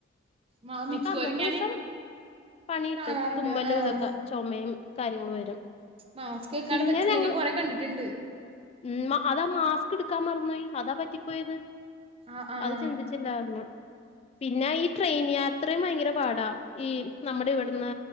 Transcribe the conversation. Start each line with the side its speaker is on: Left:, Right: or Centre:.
Right: നല്ല
Left: നമുക്ക്
Right: മിക്കവരും
Left: അന്നത്തുസം
Right: ഞാന്
Left: പണിട്ടും
Right: കാണാറുണ്ട്
Left: തുമ്മലുതൊക്കെ
Right: ആഹ്
Left: ചുമയും കാര്യങ്ങള് വരും
Right: മാസ്ക് വെക്കാണ്ടെ
Left: പിന്നെ
Right: പറ്റില്ല
Left: ഞങ്ങള്
Right: ഞാൻ കൊറെ കണ്ടിട്ട്ണ്ട്
Left: ഉം അതാ മാസ്ക് എടുക്കാൻ മറന്നോയി അതാ പറ്റിപ്പോയത്
Right: ആഹ് ആഹ്
Left: അത് ചിന്തിച്ചില്ലാർന്ന് പിന്നെ ഈ ട്രെയിൻ യാത്രി ഭയങ്കര പാടാ ഈ നമ്മടെവിട്ന്ന്